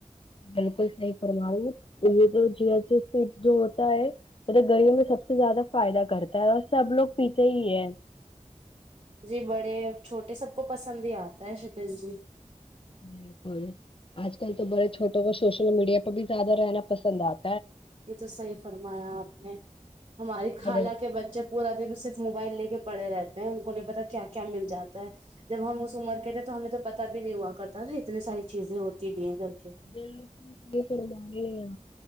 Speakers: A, on the left (about 45°); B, on the right (about 45°).
A: بالکل صحی فرمؤ دو جیا جیسے دو ہے مط گئیوں میں سب سے زیادہ فائدہ کرتا ہے اور سب لوگ پیتے ہی ہیں
B: جی بڑے چھوٹے سب کو پسند ہی آتا ہے شیکل جی
A: بالکل آج کل تو بڑے چھوٹوں کو سوشل میڈیا پہ بھی زیادہ رہنا پسند آپ
B: یہ تو صحیح فرمایا آپ نے ہماری خالہ
A: اور
B: کے بچے پورا دن اس سے موبائل لے کے پڑے رہتے ہیں ان کو نہیں پتا کیا کیا مل جاتا ہے جب ہم اس عمر کے تھے تو ہمیں تو پتا بھی نہیں ہوا کرتا تھا اتنی ساری چیزیں ہوتی بھی ہیں گھر کے
A: بل ص فوا رہے آ